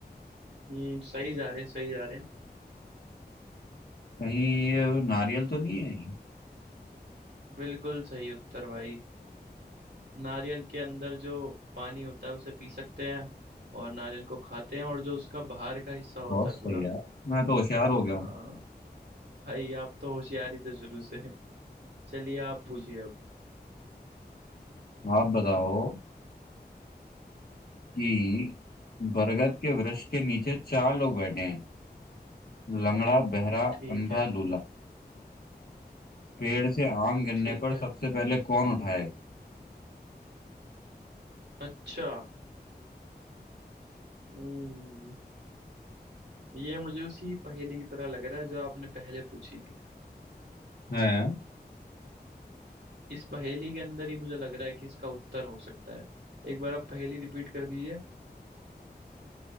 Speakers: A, on the right; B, on the left.
A: हम्म सही जा रहे हैं सही जा रहे हैं
B: कहीं ये नारियल तो नहीं है
A: बिल्कुल सही उत्तर भाई नारियल के अंदर जो पानी होता है उसे पी सकते हैं और नारियल को खाते हैं और जो उसका बाहर का हिस्सा होता
B: बहुत
A: है
B: सही
A: पूरा
B: यार मैं तो होशियार हो
A: आ,
B: गया हूँ
A: भाई आप तो होशियारी तो शुरू से है चलिए आप पूछिए अब
B: आप बताओ कि बरगद के वृक्ष के नीचे चार लोग बैठे हैं लंगड़ा बहरा
A: ठीक
B: अंधा
A: है
B: लूला पेड़ से आम गिरने
A: ठीक
B: पर
A: है
B: सबसे पहले कौन उठाएगा
A: अच्छा हम्म ये मुझे उसी पहेली की तरह लग रहा है जो आपने पहले पूछी थी
B: है
A: इस पहेली के अंदर ही मुझे लग रहा है कि इसका उत्तर हो सकता है एक बार आप पहेली रिपीट कर दीजिए